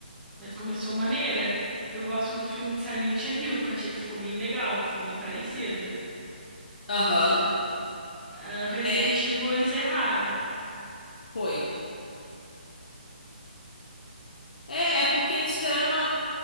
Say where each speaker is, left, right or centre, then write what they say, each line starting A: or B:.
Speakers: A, in the centre; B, on the left (about 55°).
A: Mas começou maneira. Eu gosto do filme de Silent Hill, que achei que ficou bem legal, ficou bem parecido.
B: Aham.
A: Ah, Resident
B: É,
A: Evil, eles erraram.
B: foi. É, é porque eles criaram uma